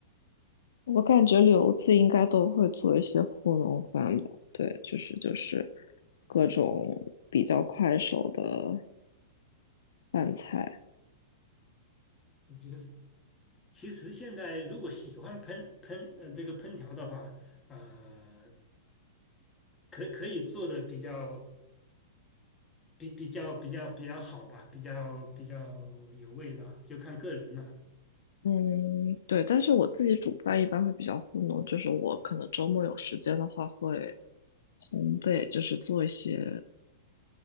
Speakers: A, on the left; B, on the left.
A: 我感觉留子应该都会做一些糊弄饭吧？对，就是就是各种比较快手的饭菜。
B: 这个是其实现在如果喜欢烹烹呃这个烹调的话。啊、呃可可以做的比较比比较比较比较好吧，比较比较有味道，就看个人了
A: 嗯，对，但是我自己煮饭一般会比较糊弄，就是我可能周末有时间的话会烘焙，就是做一些